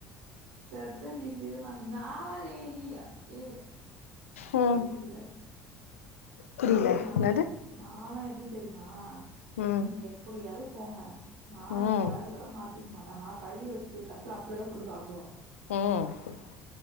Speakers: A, on the right (about 70°); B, on the left (about 75°).
A: செத்தான்டி சிவனான்டி நா நீ நீயா ஏ
B: ம்
A: என்னடி சிரிக்கிற
B: புரியல
A: நா
B: என்னது
A: நாலா எப்டி தெரியுமா
B: ம்
A: நீங்க எப்டியாவது போங்க நா
B: ம்
A: எ பழக்கத்தெல்லா மாத்திக்க மாட்டே நா கழுவி வச்ச தட்டுல அப்படியே தா போட்டு சாப்டுவ
B: ம்